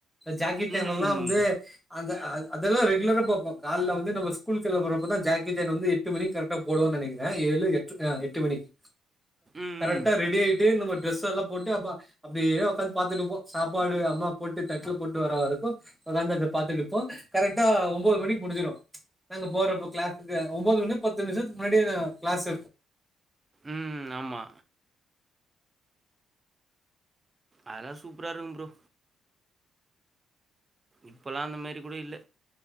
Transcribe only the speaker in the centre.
ஜாக்கி சேன்ல்லா
வந்து அந்த அதெல்லா ரெகுலரா பாப்போ கால்ல வந்து நம்ம ஸ்கூல் கெளம்புறப்பதா ஜாக்கி ஜான் வந்து எட்டுமணி கரெக்டா போடுவானு நெனைக்கிறே ஏழு எ எட்டு மணிக்கு
கரெக்டா ரெ ரெடி ஆய்ட்டு நம்ம டிரெஸ் எல்லா போட்டு அப்ப அப்டியே உக்காந்து பாத்துட்டு இருப்போ சாப்பாடு அம்மா போட்டு தட்ல போட்டு வரவரைக்கு உகாந்தது பாத்துட்டுருப்போ கரெக்டா ஒன்பது மணிக்கு முடிஞ்சிடு நாங்க போறப்போ க்ளாசுக்கு ஒன்பது மணி பத்து நிமிஷத்துக்கு முன்னாடி க்ளாசு